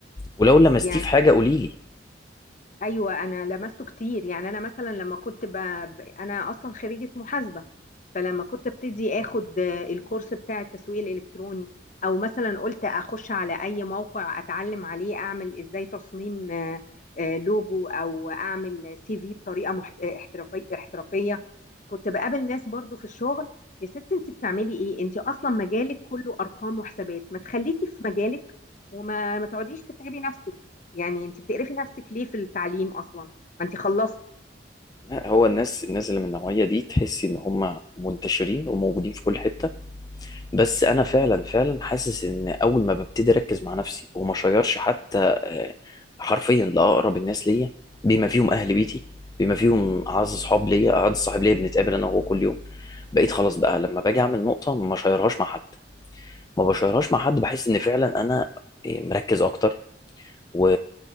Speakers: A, on the left; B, on the left.
A: ولو لمستيه
B: يعني
A: في حاجه قولي لي
B: ايوه انا لمسته كتير يعني انا مثلا لما كنت ب... ب- انا اصلا خريجه محاسبه فلما كنت ابتدي اخد آه، الكورس بتاع التسويق الالكتروني او مثلا قلت اخش على اي موقع اتعلم عليه اعمل ازاي تصميم آه، آه، لوجو او اعمل سي في بطريقه محت... احترافيه احترافيه كنت بقابل ناس برضو في الشغل يا ست انت بتعملي ايه انت اصلا مجالك كله ارقام وحسابات ما تخليكي في مجالك وما ما تقعديش تتعبي نفسك يعني انت بتقرفي نفسك ليه في التعليم اصلا ما انت خلصتي
A: لا هو الناس الناس اللي من النوعيه دي تحس ان هم منتشرين وموجودين في كل حته بس انا فعلا فعلا حاسس ان اول ما ببتدي اركز مع نفسي وما اشيرش حتى آه، حرفيا لاقرب الناس ليا بما فيهم اهل بيتي بما فيهم اعز صحاب ليا اعز صاحب ليا بنتقابل انا وهو كل يوم بقيت خلاص بقى لما باجي اعمل نقطه ما اشيرهاش مع حد ما بشيرهاش مع حد بحس ان فعلا انا آه، مركز اكتر و...